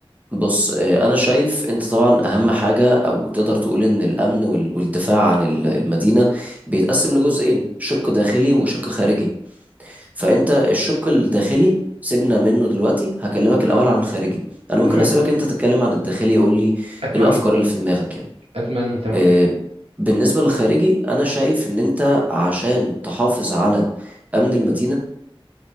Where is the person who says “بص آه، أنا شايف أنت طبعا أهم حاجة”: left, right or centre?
Right